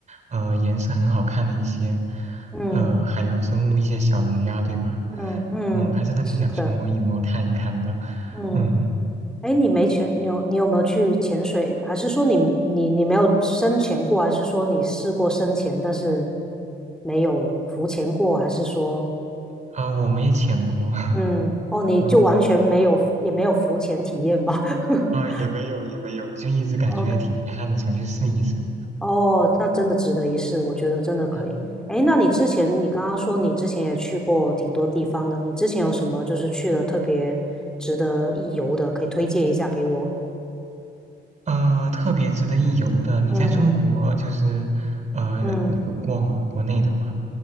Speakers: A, on the right; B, in the centre.
A: 呃，颜色很好看的一些，
B: 嗯。
A: 呃，海洋生物，一些小鱼呀、对吧？
B: 嗯嗯，
A: 嗯，我还真的挺想去摸一摸、
B: 是的，
A: 看一看的。
B: 嗯，
A: 嗯，
B: 哎，你没潜，你有你有没有去潜水？还是说你你你没有深潜过？还是说你试过深潜，但是没有浮潜过？还是说，
A: 啊、我没潜过。<laughs>
B: 嗯，哦，你就完全没有也没有浮潜体验吗
A: 嗯
B: <laughs>
A: 啊、也没有也没有，就一直感觉挺遗憾的，
B: ？OK，
A: 想去试一试。
B: 哦，那真的值得一试，我觉得真的可以。
A: 嗯，
B: 哎，那你之前你刚刚说你之前也去过挺多地方的，你之前有什么就是去了特别值得一游的，可以推荐一下给我？
A: 呃，特别值得一游的，你在中国就是呃旅游过吗？
B: 嗯嗯。
A: 国内的话，